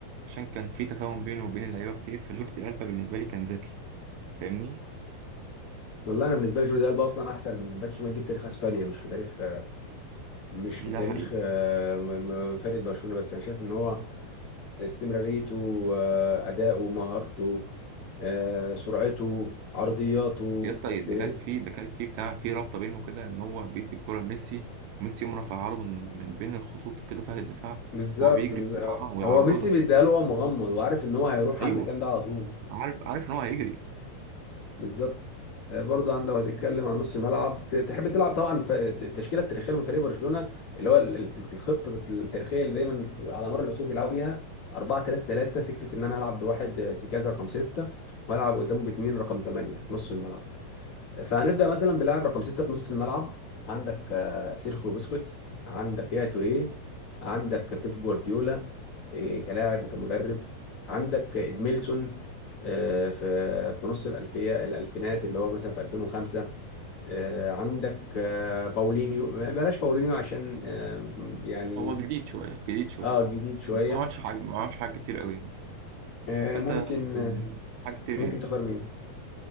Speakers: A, on the right; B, on the left.
A: عشان كان في تفاهم بينه وبين اللعيبه كتير فجوردي ألبا بالنسبه لي كان ذكي فاهمني
B: والله انا بالنسبه لي جوردي البا اصلا احسن باك شمال جه في تاريخ اسبانيا مش في تاريخ آه، مش في تاريخ
A: ده حقيقي
B: آه، م- م- فرقه برشلونه بس انا شايف ان هو استمراريته آه، أداؤه مهارته آه، سرعته عرضياته
A: يا اسطى
B: ت-
A: ده كان في ده كان في بتاع في رابطه بينه كده ان هو بيدي الكره لميسي وميسي يقوم رافعها له من من بين الخطوط كده بتاعه الدفاع
B: بالظبط
A: وهو بيجري
B: بالظبط.
A: بسرعه ويعرضها
B: هو ميسي بيديها له وهو مغمض وعارف ان هو هيروح
A: ايوه
B: على المكان ده على طول
A: عارف عارف ان هو هيجري
B: بالظبط آه، برضه عن- لو هتتكلم عن نص الملعب ت- تحب تلعب طبعا ف- التشكيله التاريخيه لفريق برشلونه اللي هو ال- ال- الخطه التاريخيه اللي دايما على مر العصور بيلعبوا بيها 4 3 3 فكره ان انا هلعب بواحد آه، ارتكاز رقم 6 وهلعب قدامه باثنين رقم 8 في نص الملعب فهنبدأ مثلا بلاعب رقم ستة في نص الملعب عندك آه، سيرخيو بوسكيتس عندك يا توريه عندك بيب جوارديولا آه، كلاعب وكمدرب عندك ادميلسون آه، في في نص الألفية الألفينات اللي هو مثلا في 2005 آه، عندك آه، باولينيو بلاش باولينيو عشان آه، يعني
A: هو جديد شويه جديد شويه
B: اه جديد شوية
A: ما عملش حاجه ما عملش حاجه كتير قوي يعني
B: آه،
A: فانت
B: ممكن آه،
A: أم، حاجه كتير
B: ممكن
A: يعني
B: تختار مين؟